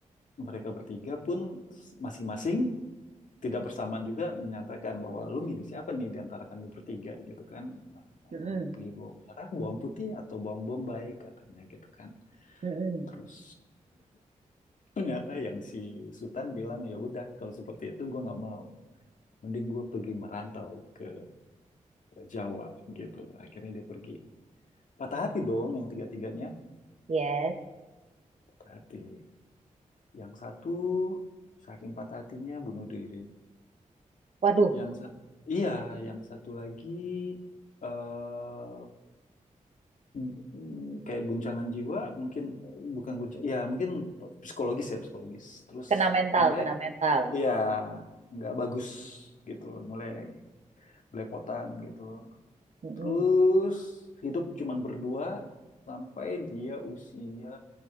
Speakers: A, on the left (about 70°); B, on the right (about 55°).
A: mereka bertiga pun masing-masing tidak bersamaan juga menyatakan bahwa lu milih siapa nih di antara kami bertiga gitu kan. Eh,
B: Mm-mm.
A: Pilih bawang merah, bawang putih, atau bawang bombay katanya gitu kan.
B: Mm-mm.
A: Terus ternyata yang si Sultan bilang ya udah kalau seperti itu gue nggak mau. Mending gue pergi merantau ke Jawa gitu. Akhirnya dia pergi. Patah hati dong yang tiga-tiganya.
B: Yes.
A: Patah hati. Yang satu saking patah hatinya bunuh diri.
B: Waduh,
A: Yang satu, iya, yang satu lagi eh mm, kayak guncangan jiwa, mungkin bukan guncang, ya mungkin psikologis ya psikologis. Terus
B: kena mental,
A: mulai,
B: kena mental.
A: iya, nggak bagus gitu loh, mulai belepotan gitu loh.
B: Mm-mm.
A: Terus hidup cuman berdua sampai dia usia